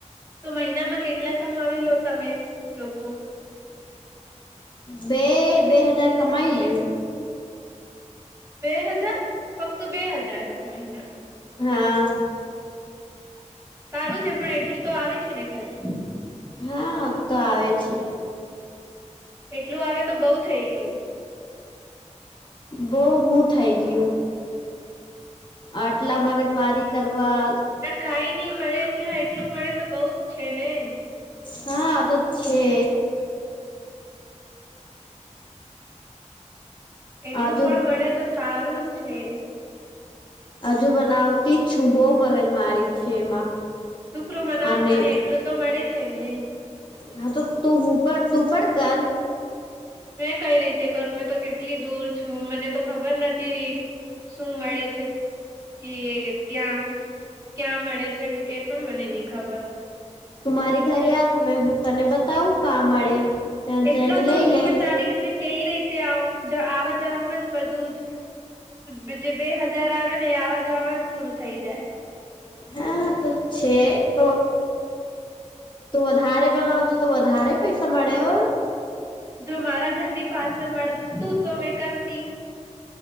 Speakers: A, on the right; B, on the left.
A: તો મહિનામાં કેટલા કામ આવી લો તમે લોકો-
B: બે બે હજાર કમાઈ લેવું
A: બે હજાર ફક્ત બે હજાર જ મહિના ન
B: હા
A: સારું છે પણ એટલું તો આવે છે, ને ખરું
B: હા તો આવે છે.
A: એટલું આવે તો બઉુ થઈ ગયુ
B: બોવુ થઇ ગયુ આટલા મગજમારી કરવા
A: કાઈ નઈ મળે ત્યાં એટલું મળે તો બઉ જ છને
B: હા તો છે.
A: એટલું
B: આજુ
A: પણ મળે તો સારું જ છે.
B: હજુ બનાવતી જ છું બહુ મગજ મારી છે, એમાં
A: શુકરો મનાવો
B: અને
A: તને એટલું તો મળે છે ને.
B: હા તો તું હુંર તું પ કર
A: મેં કઈ રીતે કરું મેં તો કેટલી દૂર છું મને તો ખબર નથી. શું મળે છે. કે ત્યાં ક્યાં મળે છે, એ પણ મને નહી ખબર
B: તું મારી ઘરે આત મે હું તને બતાવું કા મળે ત્યાં
A: એટલા
B: જઈને લઈ
A: દૂર થી
B: લે
A: મેં તારી ઘરે કઈ રહીતે આવ આવવા જવાવામાં જ બધું જ જે બે હજાર આવે ને એ આવાજવાને પૂરું થઈ જાય
B: હા તો છે, તો તું વધારે બનાવજુ તો વધારે પૈસા મળે હો
A: જો મારા ઘરની પાસે મળતું તો મેં કરતી